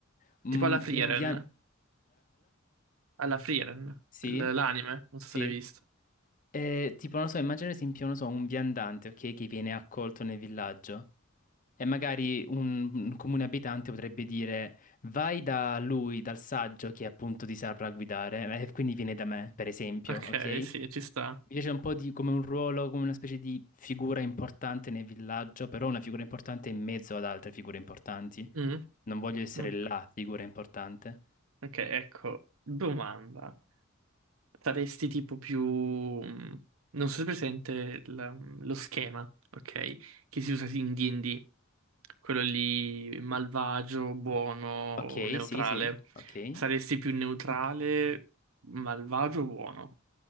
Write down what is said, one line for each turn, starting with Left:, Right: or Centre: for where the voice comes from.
Left: mh,
Right: Tipo alla Frieren,
Left: un viaggio...
Right: alla Frieren,
Left: Sì,
Right: l- l'anime, non so
Left: sì.
Right: se l'hai visto.
Left: Eh, tipo, non lo so, immagina ad esempio, non lo so, un viandante, ok, che viene accolto nel villaggio. E magari un, un comune abitante potrebbe dire: Vai da lui, dal saggio che appunto ti saprà guidare, e quindi viene da me, per esempio,
Right: Ok,
Left: ok? Mi
Right: sì, ci sta.
Left: piace un po' di, come un ruolo, come una specie di figura importante nel villaggio, però una figura importante in mezzo ad altre figure importanti.
Right: Mm.
Left: Non voglio essere
Right: Mm,
Left: la figura importante.
Right: Ok, ecco, domanda. Saresti tipo più... mm, Non so se è presente il- mm, lo schema, ok? Che si usa sì in D&D. Quello lì malvagio, buono,
Left: Ok,
Right: neutrale.
Left: sì, sì, ok.
Right: Saresti più neutrale, malvagio o buono?